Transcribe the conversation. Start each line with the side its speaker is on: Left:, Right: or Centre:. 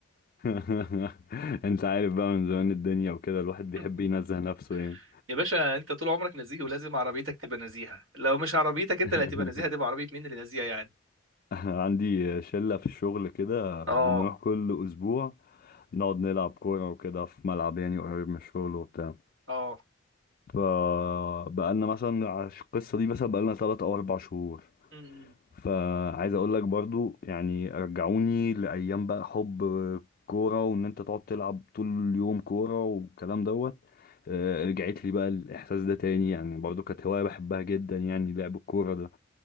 Left: <laughs> انت عارف بقى من زمان الدنيا وكده الواحد بيحب
Right: <laughs>
Left: ينزه نفسه يعني
Right: يا باشا انت طول عمرك نزيه ولازم عربيتك تبقى نزيهه لو مش عربيتك انت
Left: <laughs>
Right: اللي هتبقى نزيهه هتبقى عربيه مين اللي نزيهه يعني
Left: عندي شلة في الشغل كده بنروح
Right: اه
Left: كل أسبوع نقعد نلعب كورة وكده في ملعب يعني قريب من الشغل وبتاع
Right: اه
Left: فبقالنا مثلا على القصة دي مثلا بقالنا تلات أو أربع شهور
Right: م- م.
Left: فعايز اقول لك برضو يعني رجعوني لايام بقى حب كوره وان انت تقعد تلعب طول اليوم كوره والكلام دوت آه، رجعت لي بقى الاحساس ده تاني يعني برضو كانت هوايه بحبها جدا يعني لعب الكوره ده